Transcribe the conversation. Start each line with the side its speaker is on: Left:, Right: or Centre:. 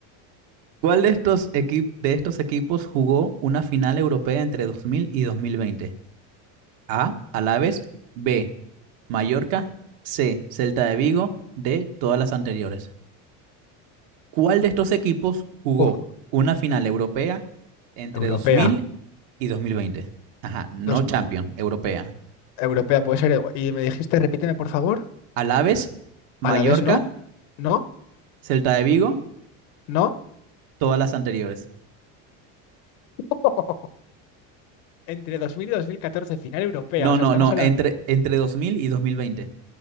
Right: ¿Cuál de estos, equi- de estos equipos jugó una final europea entre 2000 y 2020? A. Alaves. B. Mallorca. C. Celta de Vigo. D. Todas las anteriores. ¿Cuál de estos equipos jugó
Left: Uf,
Right: una final europea entre
Left: europea.
Right: dos mil y 2020? Ajá, no
Left: Dos,
Right: Champions, europea.
Left: europea puede ser. Y me dijiste, repíteme por favor.
Right: Alaves, Mallorca,
Left: A la vez, no, no,
Right: Celta de Vigo,
Left: no.
Right: todas las anteriores.
Left: <laughs> Entre 2000 y 2014 final europea.
Right: No,
Left: O sea,
Right: no,
Left: estamos
Right: no,
Left: hablando.
Right: entre, entre 2000 y 2020.